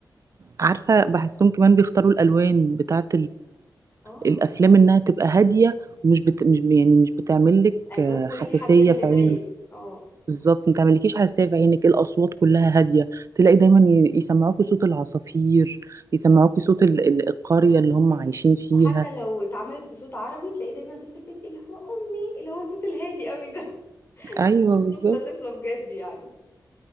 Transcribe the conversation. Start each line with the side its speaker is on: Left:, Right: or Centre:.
Right: عارفة بحسهم كمان بيختاروا الألوان بتاعة
Left: اه
Right: الافلام انها تبقى هاديه ومش بت... مش يعني مش بتعمل لك
Left: الوان
Right: آه،
Left: مريحه
Right: حساسيه
Left: كده للعين
Right: في عينك
Left: اه
Right: بالظبط ما تعملكيش حساسيه في عينك الاصوات كلها هاديه تلاقي دايما ي- يسمعوكي صوت العصافير يسمعوكي صوت ال... ال- القريه
Left: حاجات
Right: اللي
Left: لطيفه
Right: هم عايشين فيها
Left: وحتى لو اتعملت بصوت عربي تلاقي دايما صوت البنت اللي هو امي اللي هو الصوت الهادي قوي ده <laughs>
Right: ايوه
Left: صوت
Right: بالظبط
Left: طفله طفله بجد يعني